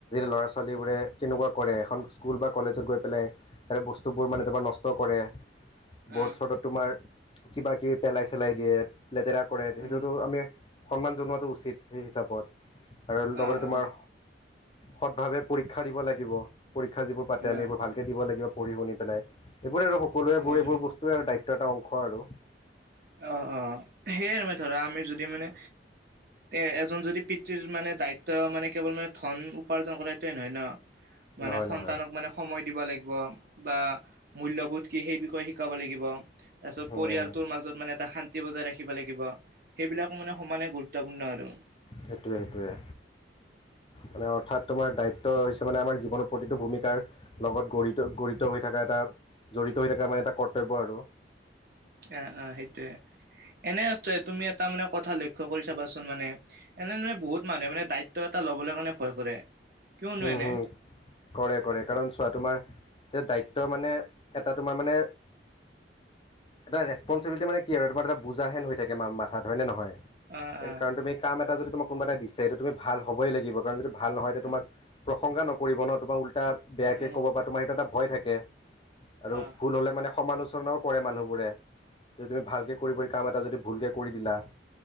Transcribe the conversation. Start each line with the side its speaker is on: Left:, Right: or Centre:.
Left: লৰা ছোৱালীৰ কেনেকোৱা কৰে এখন স্কুল বা কলেজত গৈ পেলা- বস্তুবোৰ মানে তোমাৰ নষ্ট কৰে। বৰ্ড-চৰ্ডত
Right: অ
Left: তোমাৰ কিবা-কিবি পেলাই-চেলাই দিয়ে। লেতেৰা কৰে
Right: উম
Left: সেইটোতো আমি সন্মান জনোৱাটো উচিত সেই হিচাপত। আৰু লগতে
Right: অ
Left: তোমাৰ
Right: অ
Left: সদভাৱে পৰীক্ষা দিব লাগিব। পৰীক্ষা যিবোৰ পাতে
Right: অ
Left: আমি এইবোৰ ভালকে দিব লাগিব পঢ়ি শুনি পেলাই, এইবোৰ আৰু সকলোবোৰ
Right: হয় হয়
Left: এইবোৰ বস্তুৱে আৰু দায়িত্ব এটা অংশ আৰু।
Right: অ অ সেইয়ে মে ধৰা আমি যদি মানে এ যদি পিতৃৰ মানে দায়িত্ব মানে কেৱল মানে ধন উপাৰ্জন কৰোতোৱে নহয় ন। মানে
Left: নহয়
Right: সন্তানক
Left: নহয়
Right: মানে সময় দিব লাগিব বা মূল্যবোধ কি সেই বিষয়ে শিকাব লাগিব। তাৰ পিছত
Left: উম
Right: পৰিয়ালটোৰ মাজত মানে এটা শান্তি বজাই ৰাখিব লাগিব, সেইবিলাক মানে সমানে গুৰুত্বপূৰ্ণ আৰু।
Left: সেইটোৱে সেইটোৱে।
Right: উম।
Left: মানে অৰ্থাৎ তোমাৰ দায়িত্ব হৈছে মানে আমাৰ জীৱনৰ প্ৰতিটো ভূমিকাৰ, লগত গ়িত গড়িত হৈ থকা এটা। জড়িত হৈ থাকে মানে এটা কৰ্তব্য আৰু।
Right: অ অ সেইটোৱে। এনে তুমি এটা মানে কথা লক্ষ্য কৰি চাবাচোন মানে এনে বহুত মানুহে মানে দায়িত্ব এটা ল'বলৈ কাৰণে ভয় কৰে। কিয়নো
Left: উম
Right: এনে
Left: হম কৰে কৰে কাৰণ চোৱা তোমাৰ যে দায়িত্ব মানে এটা তোমাৰ মানে। এটা ৰেচপনচিবিলিটি মানে কি আৰু তাৰ এটা বুজা হেন হৈ থাকে ম মা। ক হয়নে নহয়
Right: অ
Left: সে
Right: অ
Left: কাৰণ তুমি কাম এটা যদি তোমাৰ কোনোবা এটাই দিছে এইটো তুমি ভাল হ'বই লাগিব কাৰণ যদি ভাল নহয় তেতিয়া তোমাক
Right: অ
Left: প্ৰশংসা নকৰিব ন তোমাক ও বেয়াকে
Right: অ
Left: ক'ব বা তোমাৰ সেটো এটা ভয় থাকে আৰু
Right: অ
Left: ভুল হ'লে মানে সমা আলচনাও কৰে মানুহবোৰে, যদি তুমি ভালকৈ কৰিবলৈ কাম এটা যদি ভুলকে কৰি দিলা